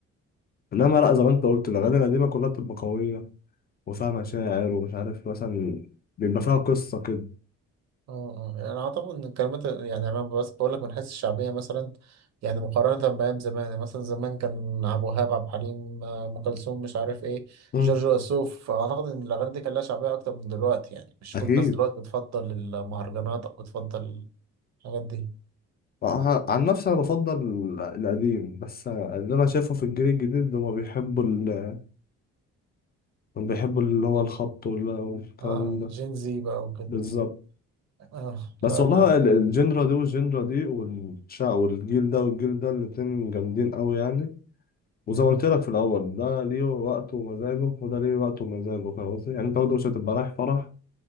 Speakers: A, on the left (about 30°); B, on the right (about 60°).
A: انما لا زي ما انت قلت الاغاني القديمه كلها بتبقى قويه وفيها مشاعر ومش عارف مثلا بيبقى فيها قصه كده
B: اه آه. يعني أعتقد إن الكلمات يعني أنا بس بقول لك من حيث الشعبية مثلا يعني مقارنة بأيام زمان يعني مثلا زمان كان عبد الوهاب عبد الحليم آه، أم كلثوم مش عارف إيه
A: امم
B: جورج وسوف أعتقد إن الأغاني دي كان لها شعبية أكتر من دلوقتي يعني مش
A: اكيد
B: كل الناس دلوقتي بتفضل المهرجانات أو بتفضل الحاجات دي
A: ع- عن نفسي انا بفضل القديم بس اللي انا شايفه في الجيل الجديد هما بيحبوا ال... هما بيحبوا اللي هو الخبط وال- والكلام
B: اه
A: ده
B: جين زي بقى وكده
A: بالظبط
B: اه
A: بس
B: لا
A: والله
B: لا
A: ال- الجنرا دي والجنرا دي والشع والجيل ده والجيل ده الاتنين جامدين قوي يعني وزي
B: مم.
A: ما قلت لك في الاول ده ليه وقته ومزاجه وده ليه وقته ومزاجه فاهم قصدي يعني انت برضه مش هتبقى رايح فرح